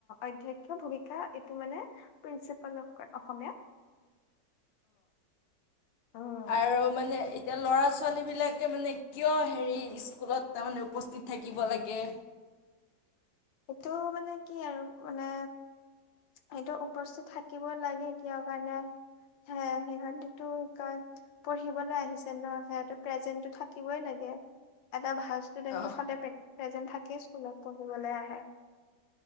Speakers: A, on the left; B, on the left.
A: অধক্ষ্য ভূমিকা এইটো মানে প্ৰিন্সিপাল লগ অসমীয়া উম।
B: আৰু মানে এতিয়া ল'ৰা ছোৱালীবিলাকে মানে কিয় হেৰি স্কুলত তাৰমানে উপস্থিত থাকিব লাগে।
A: এইটো মানে কি আৰু মানে। সিহটো উপস্থিত থাকিবই লাগে কিয় কাৰণে হ সিহঁতেটো কয় পঢ়িবলৈ আহিছে ন সিহঁত প্ৰেজেন্টটো থাকিবই লাগে। ভাল ষ্টুডেণ্টটো
B: অঁ
A: সদ প্ৰেজেন্ট থাকে। কি স্কুলত পঢ়িবলৈ আহে।